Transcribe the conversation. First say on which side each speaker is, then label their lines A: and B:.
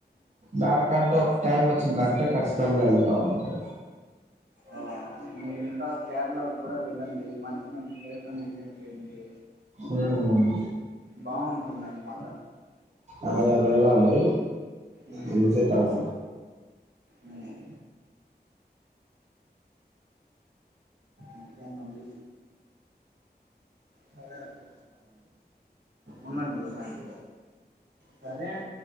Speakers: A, on the right; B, on the right.
A: దానికంటు ఒక టైం వచ్చిందంటే ఖచ్చితంగా వెళ్తామండి
B: ఆ మీరు ఇంకా కేరళ గూడ వెళ్ళండి మంచి మంచి ప్లేస్ లన్ని విజిట్ చేయండి
A: ఉమ్
B: బావుంటుంది అనమాట
A: అదె వెళ్ళాలీ
B: ఉమ్,
A: ఇల్లు సెట్ అవ్
B: ఉమ్. ఇంకేమండి సరే అండి ఉండండి ఉండండి సరే అ